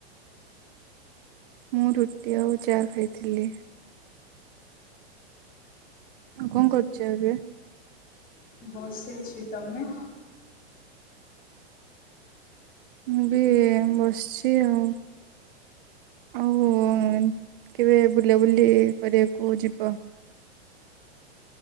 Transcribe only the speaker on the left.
ହ <inaudible> ବସିଛି ତମେ?